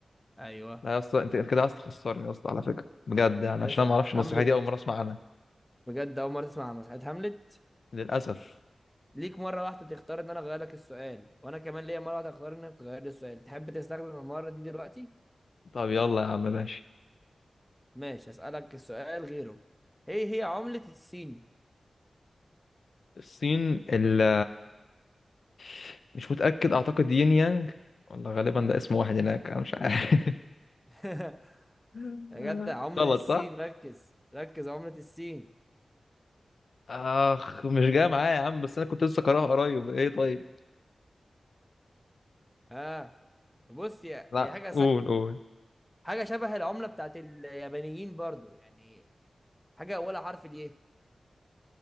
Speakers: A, in the centre; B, on the left (about 70°).
A: ايوه
B: لا يا اسطى انت كده عايز تخسرني يا اسطى على فكره بجد يعني
A: يا
B: عشان
A: باشا
B: انا ما اعرفش المسرحيه
A: هاملت
B: دي اول مره اسمع عنها
A: بجد اول مرة تسمع عن مسرحية هاملت
B: للاسف
A: ليك مرة واحدة تختار ان انا اغير لك السؤال وانا كمان ليا مرة واحدة اختار انك تغير لي السؤال تحب تستخدم المرة دي دلوقتي
B: طب يلا يا عم ماشي
A: ماشي هسألك السؤال غيره ايه هي عملة الصين
B: الصين اللي <laughs> مش متاكد اعتقد يين يانج والله غالبا ده اسم واحد هناك انا مش عارف
A: <laughs>
B: <laughs>
A: يا جدع عملة
B: غلط
A: السين
B: صح
A: ركز ركز عملة السين
B: اخ مش جاي معايا يا عم بس انا كنت لسه قراها قريب ايه طيب
A: ها بص يا
B: لا
A: هي حاجة سهلة
B: قول قول
A: حاجة شبه العملة بتاعت اليابانيين برضو يعني حاجة ولا حرف اليه